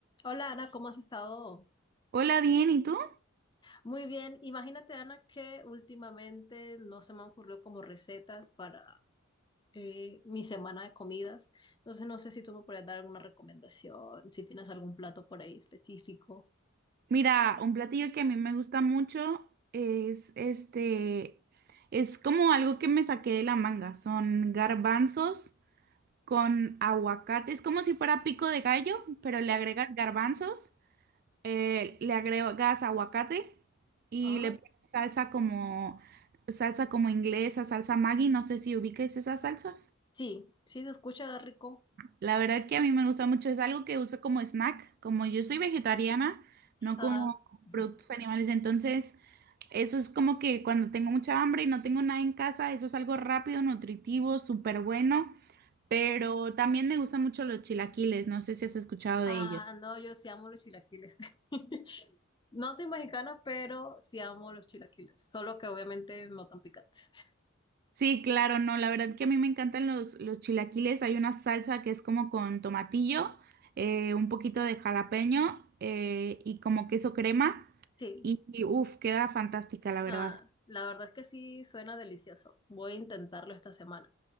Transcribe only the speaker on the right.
Hola, bien, ¿y tú?
Mira, un platillo que a mí me gusta mucho es este, es como algo que me saqué de la manga. Son garbanzos con aguacate. Es como si fuera pico de gallo, pero le
agregas garbanzos, eh, le agregas aguacate y
le pones salsa como, salsa como inglesa, salsa Maggi. No sé si ubiques esas salsas.
La verdad que a mí me gusta mucho, es algo que uso como snack, como yo soy vegetariana, no
como
productos animales, entonces eso es como que cuando tengo mucha hambre y no tengo nada en casa, eso es algo rápido, nutritivo, súper bueno, pero también me gustan mucho los chilaquiles, no sé si has escuchado
de ellos.
Sí, claro, no, la verdad que a mí me encantan los, los chilaquiles, hay una salsa que es como con tomatillo, eh, un poquito de jalapeño eh, y como queso crema
y, y uff, queda fantástica, la verdad.